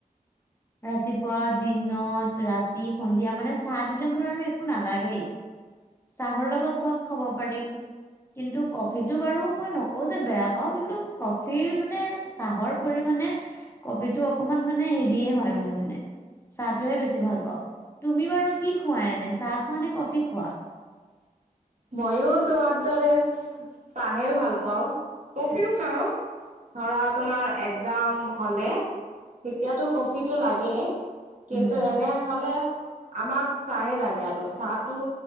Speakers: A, on the left; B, on the right.
A: ৰাতিপুৱা দিনত ৰাতি সন্ধিয়া মানে চাহ দিলে মোৰ আৰু একো নালাগেই চাহৰ লগত চব খাব পাৰি কিন্তু কফিটো বাৰু মই নকওঁ যে বেয়া পাওঁ কিন্তু কফিৰ মানে চাহৰ পৰি মানে কফিটো অকমান মানে হেৰিয়ে হয় মোৰ মানে চাহটোহে বেছি ভাল পাওঁ তুমি বাৰু কি খুৱাই এনে চাহ খোৱা নে কফি খোৱা
B: মইো তোমাৰ দৰে চাহে ভাল পাওঁ কফিও খাওঁ ধৰা তোমাৰ একজাম হ'লে তেতিয়াতো কফিটো লাগেই কিন্তু
A: উম
B: এনে হলে আমাক চাহে লাগে আৰু চাহটো